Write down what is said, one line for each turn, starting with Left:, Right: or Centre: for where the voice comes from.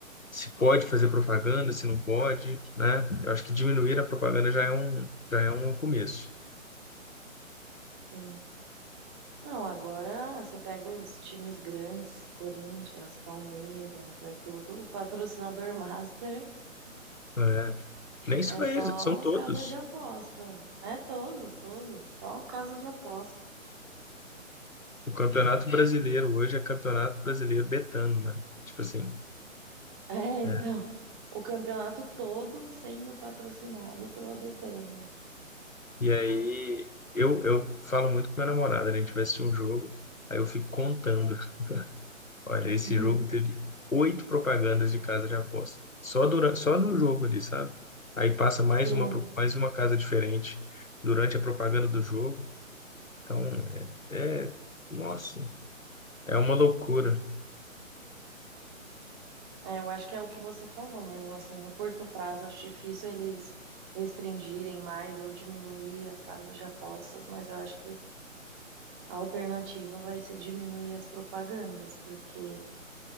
Left: se pode fazer propaganda, se não pode, né? Eu acho que diminuir a propaganda já é um, já é um começo.
Right: sim. Não, agora você pega os times grandes, Corinthians, Palmeiras, é tudo. O patrocinador <laughs> master
Left: né? Nem só
Right: é só
Left: eles, são todos.
Right: casa de aposta. É todos, todos, só casa de aposta. <laughs>
Left: O Campeonato Brasileiro hoje é Campeonato Brasileiro betano, né? Tipo assim.
Right: É,
Left: é,
Right: então, o campeonato todo sendo patrocinado pela Betano.
Left: E aí eu, eu falo muito com minha namorada, né? A gente vai assistir um jogo, aí eu fico contando. <laughs> Olha, esse
Right: Uhum,
Left: jogo teve oito propagandas de casa de aposta. Só durante, só no jogo ali, sabe? Aí passa mais
Right: sim,
Left: uma, pro- mais uma casa diferente durante a propaganda do jogo. Então, é, é- nossa, é uma loucura.
Right: é. É, eu acho que é o que você falou mesmo, assim, no curto prazo acho difícil eles restringirem mais ou diminuir as casas de apostas, mas eu acho que A alternativa vai ser diminuir as propagandas, porque